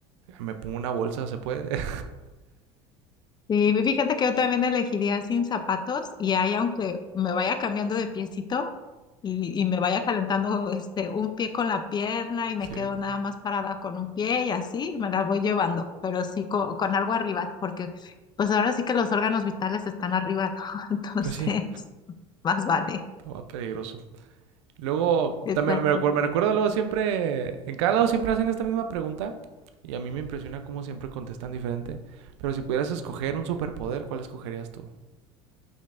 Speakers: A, on the right (about 75°); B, on the left (about 30°).
A: me pongo una bolsa, se puede. <laughs>
B: Sí, fíjate que yo también elegiría sin zapatos y ahí aunque me vaya cambiando de piecito y, y me vaya calentando este un pie con la pierna y me
A: Sí,
B: quedo nada más parada con un pie y así me las voy llevando, pero sí co- con, algo arriba, porque pues ahora sí que los órganos vitales están arriba, <laughs> ¿no? Entonces
A: pues sí,
B: más vale.
A: está más peligroso. Luego,
B: Exacto.
A: también me recuerdo, me recuerdo luego siempre, en cada lado siempre hacen esta misma pregunta y a mí me impresiona cómo siempre contestan diferente. Pero si pudieras escoger un superpoder, ¿cuál escogerías tú?